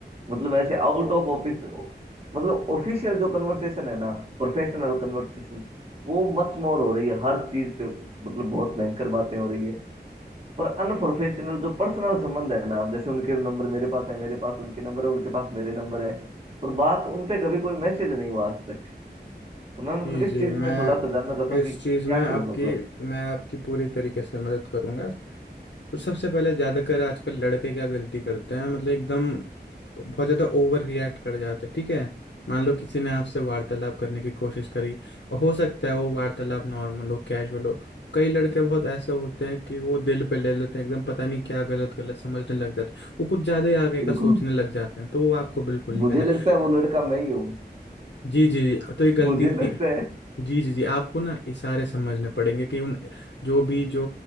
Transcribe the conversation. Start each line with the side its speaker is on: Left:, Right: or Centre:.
Right: मतलब ऐसे आउट ऑफ ऑफिस मतलब ऑफिशियल जो कन्वर्सेशन है ना प्रोफेशनल कन्वर्सेशन वो मच मोर हो रही है हर चीज पे मतलब बहुत भयंकर बातें हो रही है पर अनप्रोफेशनल जो पर्सनल संबंध है ना जैसे उनके नंबर मेरे पास है मेरे पास उनके नंबर है उनके पास मेरे नंबर है पर बात उन पे कभी कोई मैसेज नहीं हुआ आज तक तो मैं मतलब
Left: जी
Right: इस
Left: जी
Right: चीज
Left: मैं
Right: में थोड़ा सा जानना चाहता हूँ
Left: इस
Right: कि
Left: चीज़
Right: क्या
Left: में आपकी
Right: करूं मतलब
Left: मैं आपकी पूरी तरीके से मदद करूंगा तो सबसे पहले ज्यादातर आजकल लड़के क्या गलती करते हैं मतलब एकदम बहुत ज्यादा ओवर रिएक्ट कर जाते हैं ठीक है मान लो किसी ने आपसे वार्तालाप करने की कोशिश करी और हो सकता है वो वार्तालाप नॉर्मल हो कैजुअल हो कई लड़के बहुत ऐसे होते हैं कि वो दिल पे ले लेते हैं एकदम पता नहीं क्या गलत गलत समझने लग जाते हैं वो कुछ ज्यादा ही आगे का
Right: बिल्कुल
Left: सोचने लग जाते हैं तो वो आपको बिल्कुल नहीं
Right: मुझे
Left: करना
Right: लगता
Left: है
Right: है वो लड़का मैं ही हूँ
Left: जी जी तो ये गलती
Right: मुझे
Left: नहीं
Right: लगता है
Left: जी जी जी आपको ना इशारे समझने पड़ेंगे कि उन जो भी जो